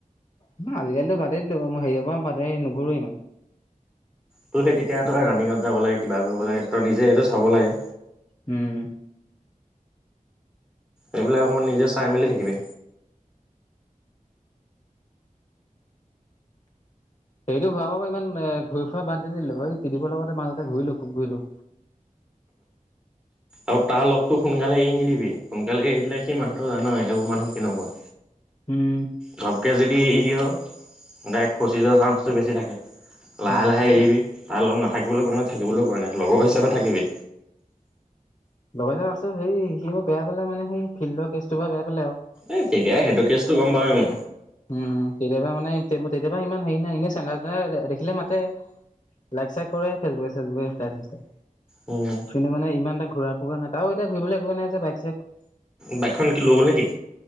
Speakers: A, on the left (about 35°); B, in the centre.
A: উম, আজিকালিটো বাদেই দিলোঁ বাৰু, মই হেৰিৱৰ পৰা বাদেই নুঘূৰোৱে ইমান।
B: তো সেই তেতিয়া তই ৰানিঙত যাব লাগে কিবা কৰিব লাগে তই নিজে সেইটো চাব লাগে।
A: উম,
B: এইবিলাক অকণমান নিজে চাই মেলি থাকিবি।
A: সেইৰিটো হোৱা বাৰৰ পৰা ইমান এ ঘূৰি ফুৰা বাদ দি দিলো, সেই ত্ৰিদিবৰ লগতে মাজতে ঘূৰিলো খুব ঘূৰিলো।
B: আৰু তাৰ লগতো সোনকালে এৰি নিদিবি, সোনকালে এৰি দিলে সি মানুহটো জানয়ে এইবোৰ মানুহ কেনেকুৱা।
A: উম,
B: ধপকৈ যদি এৰি দিয়, ডাইৰেক্ট ফচি যোৱাৰ চাঞ্চটো বেছি থাকে লাহে
A: উম,
B: লাহে এৰিবি। তাই লগত নাথাকিবলৈ কোৱা নাই থাকিবলৈ কোৱা নাই লগৰ হিচাপে থাকিবি।
A: লগৰ হিচাপে আছোঁ, সেই সি মোক বেয়া পালে মানে সেই ফিল্ডৰ কেচটো পৰা বেয়া পালে আৰু।
B: এ তেতিয়া সেইটো কেছতো গম পাওঁৱেই মই।
A: উম, তেতিয়া পা মানে, তেতিয়া পা ইমান হেৰি নাই এনেই চেণ্টাৰ চেণ্টাৰ দেখিলে মাতে। লাইক চাইক কৰে ফেচবুকে, চেচবুকে, ইনষ্টা, চিনষ্টা
B: উম,
A: কিন্তু মানে ইমান এটা ঘূৰা ফূকা নাই, তাওঁ এতিয়া ঘূৰিলৈ একোৱে নাই যে বাইক চাইক।
B: বাইকখন কি লৈ গ'ল নেকি?